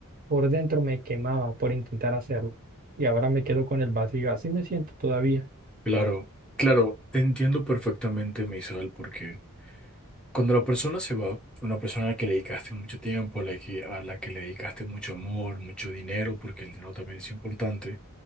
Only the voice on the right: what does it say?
por dentro me quemaba por intentar hacerlo y ahora me quedo con el vacío. Así me siento todavía.